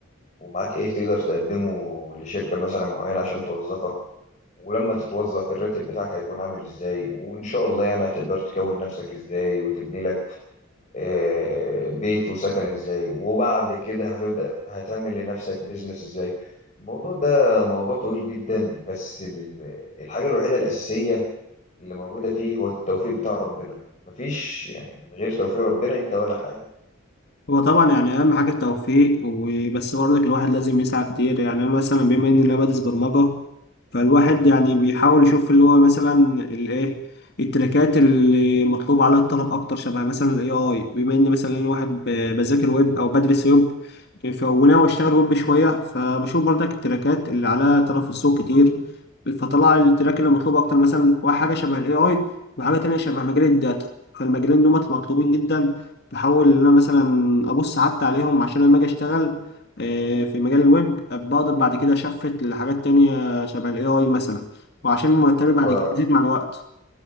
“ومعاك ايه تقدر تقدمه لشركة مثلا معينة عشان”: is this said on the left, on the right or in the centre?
Left